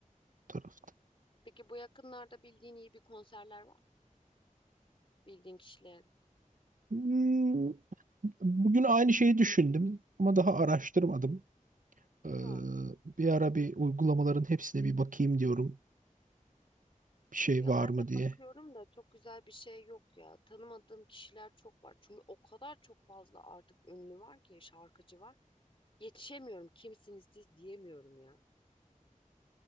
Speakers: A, on the right; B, on the left.
A: bu tarafta.
B: Peki bu yakınlarda bildiğin iyi bir konserler var mı? Bildiğin kişiler.
A: Hmm, Bugün aynı şeyi düşündüm ama daha araştırmadım. Ee,
B: Hı.
A: bir ara bir uygulamaların hepsine bir bakayım diyorum. Bir şey
B: Ya
A: var
B: ben
A: mı
B: de
A: diye.
B: bakıyorum da çok güzel bir şey yok ya. Tanımadığım kişiler çok var. Çünkü o kadar çok fazla artık ünlü var ki şarkıcı var. Yetişemiyorum kimsiniz siz diyemiyorum ya.